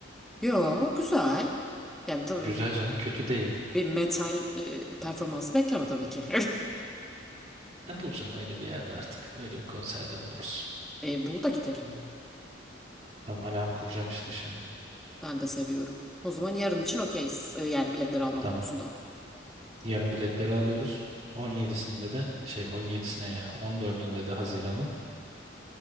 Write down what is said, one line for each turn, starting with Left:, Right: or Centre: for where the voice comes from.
Centre: Yo güzel. Yani tabii
Right: Güzel canım kötü değil.
Centre: bir metal e, performansı bekleme tabii ki.
Right: Ha, bulacağım öyle bir yerde artık. Öyle bir konserde buluruz.
Centre: <laughs> e, bunu da gidelim.
Right: Tamam alarm kuracağım işte şimdi.
Centre: Ben de seviyorum. O zaman yarın için okeyiz. E, yani biletleri alma
Right: Tamam.
Centre: konusunda.
Right: Yarın biletleri alıyoruz. 17'sinde de şey 17'sine ya 14'ünde de Haziran'ın